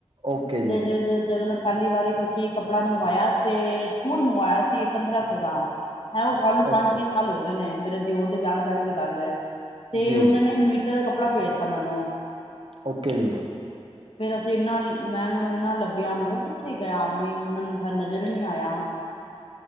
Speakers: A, on the right (about 55°); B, on the left (about 60°).
A: ਓਕੇ
B: <unintelligible>
A: ਜੀ
B: ਪਹਿਲੀ ਵਾਰੀ ਕੁਛ ਹੀ ਕੱਪੜਾ ਮੰਗਵਾਇਆ ਤੇ ਸੂਟ ਮੰਗਵਾਇਆ ਸੀ ਪੰਦਰਾਂ ਸੋ ਦਾ ਹੈਂ ਉਹ ਗਲ ਨੂੰ ਪੰਜ
A: ਓਕੇ
B: ਛੇ ਸਾਲ ਹੋ ਗਏ ਨੇ ਮੇਰੇ ਦਿਓਰ ਦੇ ਵਿਆਹ ਤੋ ਪਹਿਲੇ ਦੀ ਗੱਲ ਹੈ ਤੇ
A: ਜੀ
B: ਉਨਹਾ ਨੇ ਮੀਟਰ ਦ ਕੱ <inaudible> ਭੇਜਤਾ ਮੈਨੂੰ
A: ਓਕੇ ਜੀ
B: ਫੇਿਰ ਅਸੀਂ ਇਨਾ ਮੈਂ ਉਹਨਾਂ ਨੂੰ ਇਨਾ ਲੱਭਿਆ ਮੈਂ ਕਿਹਾ ਕਿੱਥੇ ਗਿਆ ਆਦਮੀ ਮੈਨੂੰ ਮ ਨਜ਼ਰ ਨਹੀਂ ਆਇਆ